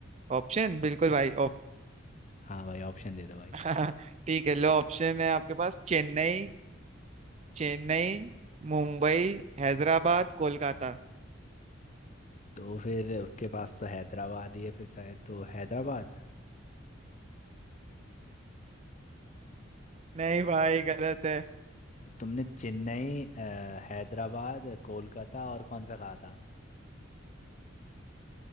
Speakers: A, on the right; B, on the left.
A: ऑप्शन बिल्कुल भाई
B: हाँ भाई ऑप्शन दे दो भाई
A: <laughs> ठीक है लो ऑप्शन है आपके पास चेन्नई चेन्नई मुंबई हैदराबाद कोलकाता
B: तो फिर उसके पास तो हैदराबाद ही है फिर शायद तो हैदराबाद
A: नहीं भाई गलत है
B: तुमने चेन्नई अ, हैदराबाद कोलकाता और कौन सा कहा था